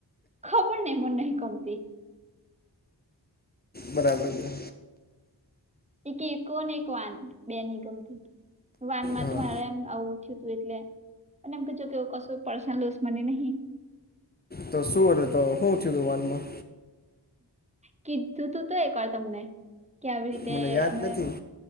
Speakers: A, on the right; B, on the left.
A: ખબર નહી મ નહીં કમતી
B: બરાબર છે
A: એક એક એક વાન બે ની ગમતી વાનમાં
B: હા
A: તો મારે એમ આવું થયું હતું એટલે અને એમ ક કે ક પર્ મને નહી
B: તો શું તો શું થયું ગું વાનમાં
A: કીધું તું તો એક વાર તમને કે આવી રીતે
B: મને યાદ
A: અમે
B: નથી